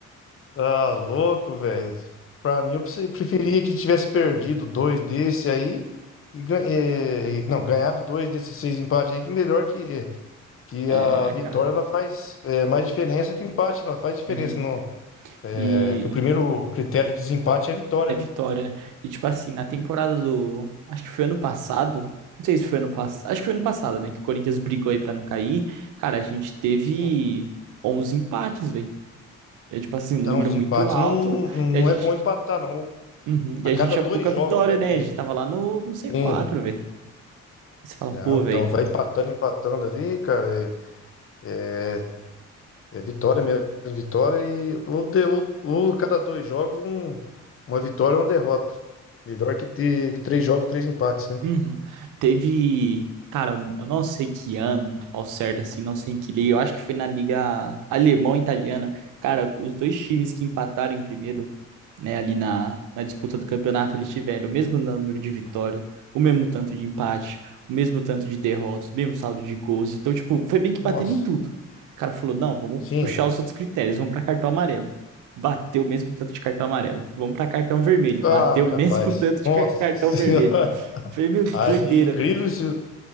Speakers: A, on the left; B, on the right.
A: Tá louco, velho. Pra mim, eu preferi- preferia que tivesse perdido dois desse aí e, gan- eh, e- não, ganhado dois desses seis empates aí, que melhor que, que
B: É,
A: a vitória
B: cara.
A: ela faz eh, mais diferença que o empate, ela faz diferença
B: Uhum. E
A: É que o primeiro critério de desempate é a vitória,
B: é vitória,
A: né?
B: né? E tipo assim, na temporada do. Acho que foi ano passado. Não sei se foi ano passado. Acho que foi ano passado, né? Que o Corinthians brigou aí pra não cair. Cara, a gente teve
A: Sim.
B: 11 empates, velho. É tipo assim, um
A: Então,
B: número
A: os
B: muito
A: empates
B: alto.
A: não, não não
B: E a gente
A: é bom empatar, não.
B: Uhum. E
A: A
B: a
A: cada
B: gente tinha
A: dois
B: pouca
A: jogos
B: vitória,
A: ali,
B: né? A gente tava lá no, no Z4,
A: um.
B: velho. Você fala,
A: Não,
B: pô, velho.
A: então vai empatando, empatando ali, cara. É, é, é vitória mesmo, vitória e ou, de, ou, ou cada dois jogos, um, uma vitória ou uma derrota. Melhor que ter três jogos, três empates, né?
B: Uhum. Teve. Cara, eu eu não sei que ano, ao certo, assim, não sei em que liga. Eu acho que foi na Liga Alemão-Italiana. Cara, os dois times que empataram em primeiro né, ali na, na disputa do campeonato, eles tiveram o mesmo número de vitórias, o mesmo tanto de empate, o mesmo tanto de derrotas, o mesmo saldo de gols. Então, tipo, foi bem que
A: Nossa,
B: batendo em tudo. O cara falou: não, vamos
A: sim.
B: puxar os outros critérios, vamos para cartão amarelo. Bateu o mesmo tanto de cartão amarelo. Vamos para cartão vermelho.
A: Ah,
B: Bateu o
A: capaz.
B: mesmo <laughs> tanto de
A: Nossa
B: car- cartão
A: <laughs> senhora.
B: vermelho. Falei, meu, que
A: Ah,
B: doideira,
A: de incrível
B: velho.
A: isso.